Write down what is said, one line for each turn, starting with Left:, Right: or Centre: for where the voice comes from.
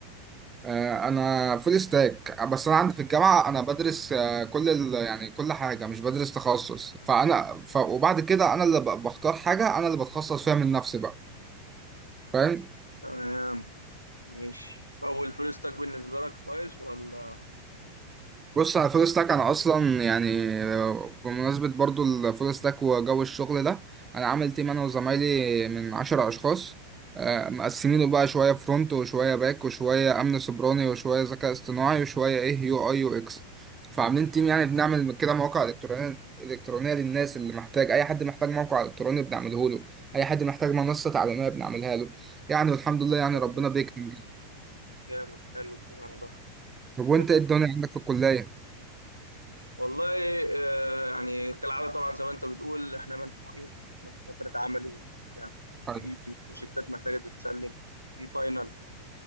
Right: آه، انا فول ستاك بس انا عندي في الجامعه انا بدرس آه، كل ال... يعني كل حاجه مش بدرس تخصص فانا ف... وبعد كده انا اللي ب- بختار حاجه انا اللي بتخصص فيها من نفسي بقى فاهم
Left: تمام ماشي طب والفلوس تاك بالنسبة لك كويس ولا
Right: بص على فول ستاك انا اصلا يعني آه، بمناسبه برضو الفول ستاك وجو الشغل ده انا عامل تيم انا وزمايلي من عشرة اشخاص آه، مقسمينه بقى شويه فرونت وشويه باك وشويه امن سيبراني وشويه ذكاء اصطناعي وشويه ايه يو اي يو اكس فعاملين تيم يعني بنعمل كده مواقع الكترونيه الكترونيه للناس اللي محتاج اي حد محتاج موقع الكتروني بنعمله له اي حد محتاج منصه تعليميه بنعملها له يعني والحمد لله يعني
Left: جامد
Right: ربنا بيكرم
Left: جامد حلو الكلام ده
Right: طب وانت
Left: حلو
Right: ايه الدنيا عندك في الكليه؟
Left: والله آه يعني كالعادة طبعا زي ما انت بتقول احنا منفوخين احنا في فترة عملي وبتاع وفي
Right: طيب.
Left: بروجكتات محتاجة تتسلم في فاينل